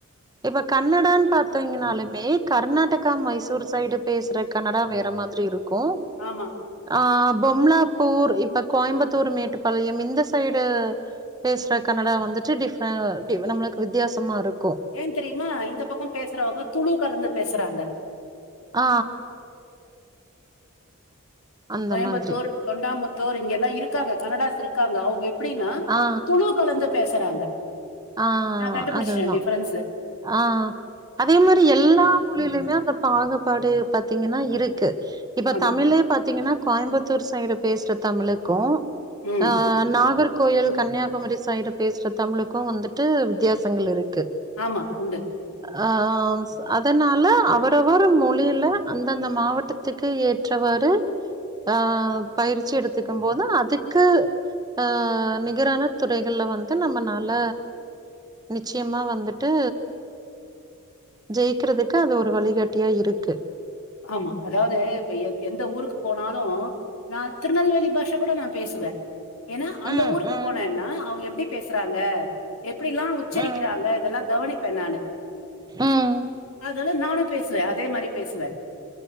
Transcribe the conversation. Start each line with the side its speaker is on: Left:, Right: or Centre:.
Right: இப்ப கன்னடான்னு பாத்தீங்கன்னாலுமே கர்நாடகா மைசூர் சைடு பேசுற கனடா வேற மாதிரி இருக்கும்
Left: ஆமா
Right: ஆ பொம்லாப்பூர் இப்ப கோயம்புத்தூர் மேட்டுப்பாளையம் இந்த சைடு பேசற கனடா வந்துட்டு டிஃபரண்ட் நம்மளுக்கு வித்தியாசமா இருக்கும்
Left: ஏ தெரியுமா இந்த பக்கம் பேசுறவங்க துலு கலந்து பேசுறாங்க
Right: ஆ அந்த
Left: கோயம்பத்தூர்
Right: மாதிரி
Left: தொண்டாமுத்தூர் இங்கலா இருக்காங்க கனடாஸ் இருக்காங்க அவுங்க எப்படின்னா
Right: ஆ
Left: துலு கலந்து பேசுறாங்க
Right: ஆ
Left: நா கண்டுபிடிச்சே
Right: அதுதா
Left: டிஃபரன்ஸ்
Right: ஆ அதே மாரி எல்லா மொழிலயுமே அந்த பாகுபாடு பாத்தீங்கன்னா இருக்கு இப்ப
Left: ஆமா
Right: தமிழே பாத்தீங்கன்னா கோயம்பத்தூர் சைடு பேசுற தமிழுக்கும்
Left: ம்
Right: ஆ நாகர்கோயில் கன்னியாகுமரி சைடு பேசுற தமிழுக்கு வந்துட்டு வித்தியாசங்கள் இருக்கு
Left: ஆமா உண்டு
Right: ஆ அதனால அவரவர் மொழியில அந்தந்த மாவட்ட த்துக்கு ஏற்றவாறு ஆ பயிற்சி எடுத்துக்கம் போது அதுக்கு ஆ நிகரான துறைகள்ல வந்து நம்ம நா நல்ல நிச்சயமா வந்துட்டு ஜெயிக்கிறதுக்கு அது ஒரு வழிகாட்டியா இருக்கு
Left: ஆமா அதாவது இப்ப எந் எந்த ஊருக்கு போனாலு நா திருநெல்வேலி பாஷா கூட நா பேசுவ ஏனா அந்த
Right: ம்,
Left: ஊருக்கு
Right: ம்,
Left: போனேன்னா அவுங்க எப்டி பேசுறாங்க எப்டிலா உச்சரிக்கிறாங்க
Right: ம்.
Left: இதெல்லா கவனிப்பே நானு
Right: ம்
Left: அதால நானு பேசுவ அதே மாரி பேசுவ